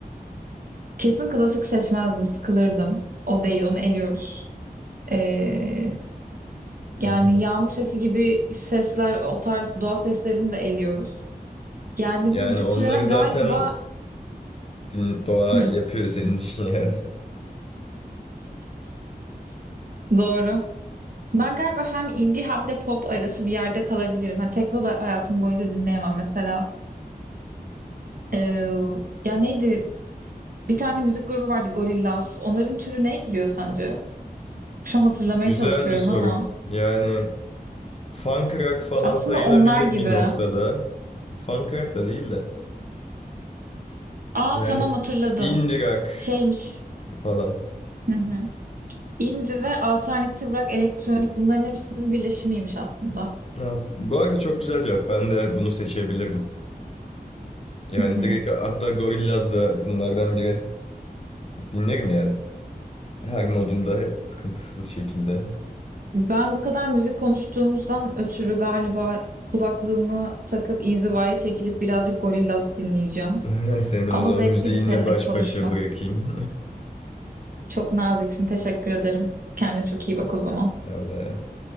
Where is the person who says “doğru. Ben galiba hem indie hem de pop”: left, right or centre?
Right